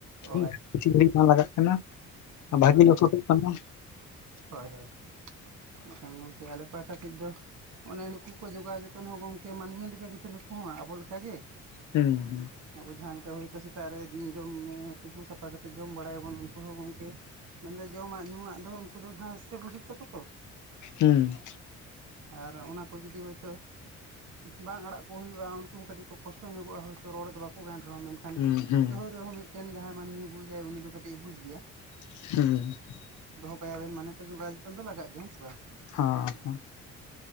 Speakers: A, on the right; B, on the left.
A: ᱚ
B: ᱤᱧ ᱠᱤᱪᱷᱤ ᱜᱷᱟᱹᱲᱤᱡ ᱵᱟᱝ ᱞᱟᱜᱟᱜ ᱠᱟᱱᱟ᱾ ᱵᱷᱟᱜᱤ
A: ᱦᱳᱭ
B: ᱞᱚᱥᱚᱫᱚᱜ
A: ᱛᱚ
B: ᱠᱟᱱᱟ
A: ᱦᱳᱭ ᱦᱳᱭ ᱵᱟ ᱠᱷᱟᱱ ᱜᱚᱢᱠᱮ ᱟᱞᱮᱯᱮᱼᱼ ᱚᱠᱟ ᱥᱮᱫ ᱫᱚ ᱚᱱᱮ ᱱᱩᱠᱩ ᱠᱚ ᱡᱚᱜᱟᱣᱼᱟ ᱡᱚᱛᱚᱱ ᱦᱚᱸ ᱜᱚᱝᱠᱮ ᱢᱟᱹᱱᱢᱤ ᱞᱮᱠᱟᱜᱮᱛᱚ ᱱᱩᱠᱩ ᱦᱚᱸ ᱟᱵᱚ ᱞᱮᱠᱟᱜᱮ᱾
B: ᱦᱩᱸ ᱦᱩᱸ
A: ᱟᱵᱚ ᱡᱟᱦᱟᱸ ᱞᱮᱠᱟ ᱦᱳᱭᱛᱳ ᱥᱮᱛᱟᱜ ᱨᱮ ᱡᱚᱢ ᱛᱩᱯᱩ ᱥᱟᱯᱷᱟ ᱠᱟᱛᱮᱫ ᱡᱚᱢ ᱵᱟᱲᱟᱭᱟᱵᱚᱱ ᱩᱱᱠᱩ ᱦᱚᱸᱼᱼ ᱢᱮᱱᱫᱚ ᱡᱚᱢᱟᱜ ᱧᱩᱣᱟᱜ ᱫᱚ ᱩᱱᱠᱩ ᱫᱚ ᱜᱟᱸᱥ ᱥᱮ ᱵᱩᱡᱩᱜ ᱛᱟᱠᱚ ᱛᱚᱼᱼ
B: ᱦᱩᱢ
A: ᱟᱨ ᱚᱱᱟ ᱠᱚ ᱡᱩᱫᱤ ᱦᱚᱭᱛᱳᱼᱼ ᱵᱟᱝ ᱟᱲᱟᱜ ᱠᱚ ᱦᱩᱭᱩᱜᱼᱟ ᱩᱱᱠᱩ ᱦᱚᱸ ᱠᱟᱹᱴᱤᱡ ᱠᱚ ᱠᱚᱥᱴᱚ ᱧᱚᱜᱼᱟ ᱦᱳᱭᱛᱳ ᱨᱚᱲ ᱫᱚ ᱵᱟᱠᱚ ᱜᱟᱱ ᱨᱮᱦᱚᱸ ᱢᱮᱱᱼᱼ ᱮᱠᱷᱟᱱ
B: ᱦᱩᱸ ᱦᱩᱸ
A: ᱛᱟᱹᱦ ᱨᱮᱦᱚᱸ ᱢᱤᱫᱴᱮᱱ ᱡᱟᱦᱟᱸᱭ ᱢᱟᱹᱱᱢᱤᱭ ᱵᱩᱡᱟᱭ ᱩᱱᱤ ᱫᱚ ᱠᱟᱹᱴᱤᱡ ᱵᱩᱡᱽ ᱜᱮᱭᱟ᱾
B: ᱦᱩᱸ ᱾
A: ᱫᱚᱦᱚ ᱠᱟᱭᱟᱵᱮᱱ ᱢᱟᱱᱮ ᱛᱚ ᱡᱚᱜᱟᱣ ᱡᱚᱛᱚᱱ ᱫᱚ ᱞᱟᱜᱟ ᱜᱮᱭᱟ ᱦᱮᱸ ᱥᱮ ᱵᱟᱝ ᱾
B: ᱦᱚᱸ